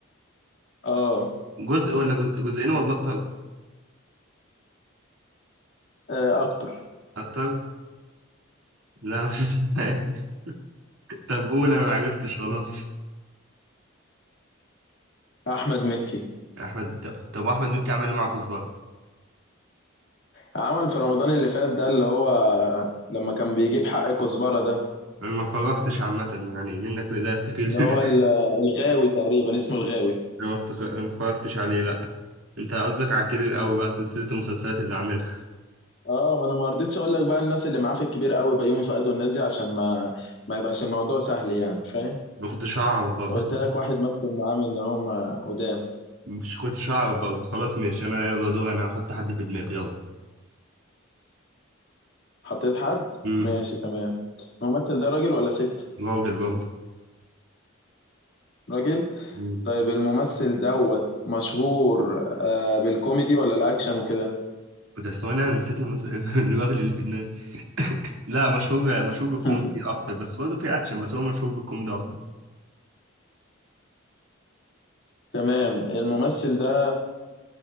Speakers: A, on the left; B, on the right.
A: اه
B: جزء ولا جزء جزئين ولا اكتر
A: آه، اكتر <laughs>
B: اكتر لا <laughs> مش عارف. طب قول انا ما عرفتش خلاص
A: احمد مكي
B: احمد طب طب احمد مكي عمل ايه مع كزبرة
A: عمل في رمضان اللي فات ده اللي هو لما كان بيجيب حق كزبرة ده
B: انا ما اتفرجتش عامة يعني منك لله افتكر
A: اللي
B: <laughs>
A: هو ال- الغاوي تقريبا اسمه الغاوي
B: انا ما افتكر- ما اتفرجتش عليه لا انت قصدك على الكبير قوي بقى سلسلة المسلسلات اللي عاملها
A: اه ما انا ما رضيتش اقول لك بقى الناس اللي معاه في الكبير قوي بيومي فؤاد والناس دي عشان ما ما يبقاش الموضوع سهل يعني فاهم
B: ما كنتش هعرف برضه
A: فقلت لك واحد مثل معاه من اللي هم قدام
B: مش كنتش هعرف برضه خلاص ماشي انا يلا دور انا هحط حد في دماغي يلا
A: حطيت حد
B: امم
A: ماشي تمام الممثل ده راجل ولا ست
B: راجل برضه
A: راجل
B: مم.
A: طيب الممثل دوت مشهور آه بالكوميدي ولا الاكشن وكده
B: بس هو انا نسيت المس... <laughs> الراجل اللي في دماغي لا مشهور مشهور بالكوميدي
A: <laughs>
B: اكتر بس برضه في اكشن بس هو مشهور بالكوميدي اكتر
A: تمام الممثل ده